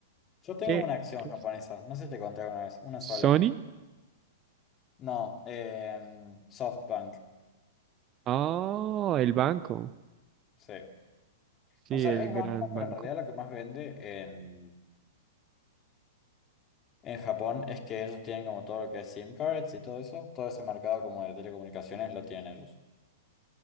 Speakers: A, on the left (about 30°); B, on the right (about 30°).
A: Yo tengo
B: ¿Qué
A: una acción
B: es?
A: japonesa, no sé si te conté una vez, una
B: ¿Sony?
A: sola. No, eh, SoftBank.
B: Oh, el banco.
A: Sí.
B: Sí,
A: O sea,
B: el
A: es banco,
B: gran banco.
A: pero en realidad lo que más vende en, en Japón es que ellos tienen como todo lo que es SIM cards y todo eso. Todo ese mercado como de telecomunicaciones lo tienen ellos.